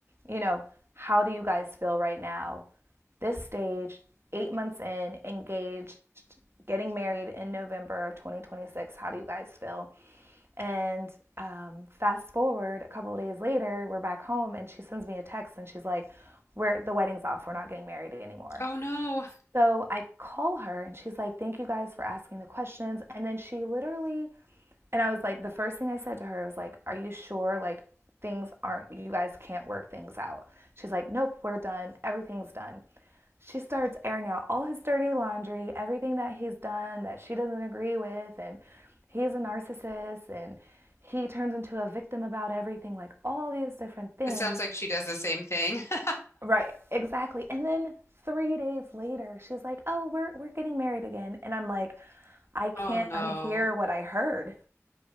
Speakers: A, on the right; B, on the left.
A: you know, how do you guys feel right now? this stage, eight months in, engaged, getting married in November of 2026. How do you guys feel? And um, fast forward a couple of days later, we're back home, and she sends me a text, and she's like, "We're the wedding's off. We're not getting married anymore."
B: Oh no.
A: So I call her and she's like, Thank you guys for asking the questions. And then she literally, and I was like, The first thing I said to her was like, Are you sure? Like, things aren't, you guys can't work things out. She's like, Nope, we're done. Everything's done. She starts airing out all his dirty laundry, everything that he's done that she doesn't agree with. And he's a narcissist and he turns into a victim about everything, like all these different things.
B: It sounds like she does the same thing. <laughs>
A: Right, exactly. And then three days later, she's like, "Oh, we're we're getting married again," and I'm like, "I can't
B: Oh no.
A: unhear what I heard